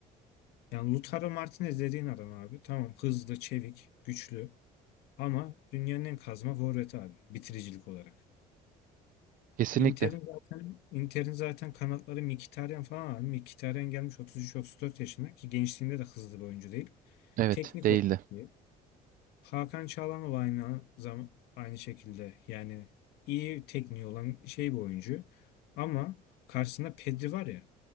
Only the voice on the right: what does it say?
Kesinlikle.
Evet,
değildi.